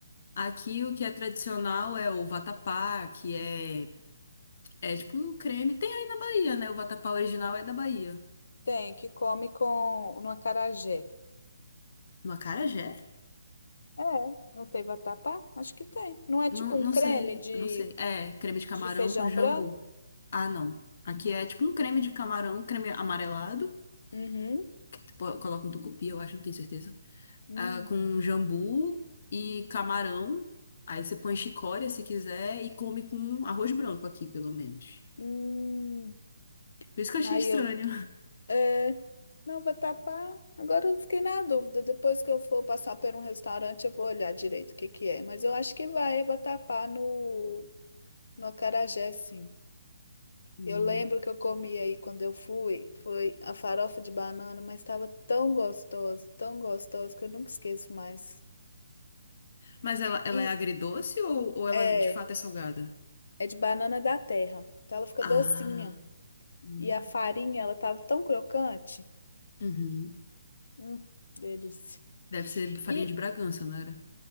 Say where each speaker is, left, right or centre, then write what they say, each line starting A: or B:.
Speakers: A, on the left (about 40°); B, on the left (about 65°).
A: Aqui o que é tradicional é o vatapá, que é, é tipo um creme. Tem aí na Bahia, né? O vatapá original é da Bahia.
B: Tem, que come com no acarajé.
A: No acarajé?
B: É, não tem vatapá? Acho que tem. Não é
A: Não,
B: tipo
A: não
B: um creme
A: sei,
B: de,
A: eu não sei. É, creme de camarão
B: de feijão
A: com jambu.
B: branco?
A: Ah, não. Aqui é tipo um creme de camarão, creme amarelado,
B: Uhum.
A: que tu po- coloca um tucupi, eu acho, não tenho certeza.
B: Hum.
A: Ah, com jambu e camarão. Aí você põe chicória se quiser e come com arroz branco aqui, pelo menos.
B: Hum,
A: Por isso que eu achei
B: aí
A: estranho.
B: eu, é, não, vai tapar. Agora eu fiquei na dúvida. Depois que eu for passar por um restaurante, eu vou olhar direito o que que é. Mas eu acho que vai, vai tapar no, no acarajé, sim.
A: <laughs>
B: Eu lembro que eu comi aí quando eu fui, foi a farofa de banana, mas estava tão gostosa, tão gostosa que eu nunca esqueço mais.
A: Mas ela, ela
B: E
A: é agridoce ou, ou ela
B: é,
A: é, de fato é salgada?
B: é de banana da terra, então ela fica
A: Ah.
B: docinha.
A: hum.
B: E a farinha, ela tava tão crocante.
A: Uhum.
B: Hum, delícia.
A: Deve ser farinha
B: E
A: de Bragança, não era?